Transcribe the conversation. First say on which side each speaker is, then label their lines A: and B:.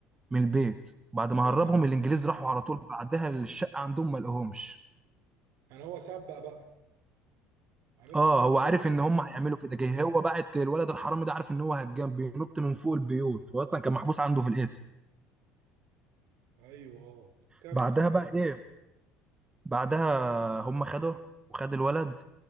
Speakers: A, on the right; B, on the right.
A: من البيت بعد ما
B: تمام
A: هربهم الانجليز راحوا على طول بعدها للشقه عندهم ما لقوهمش
B: يعني هو سبق بقى امير
A: اه
B: كرارة
A: هو عارف
B: سبق بقى
A: ان هم هيعملوا كده جه هو بعت الولد الحرامي ده عارف ان هو هجام بينط من فوق البيوت هو اصلا كان محبوس عنده في الاسم
B: ايوه اه كمل
A: بعدها بقى ايه بعدها هم خدوه وخد الولد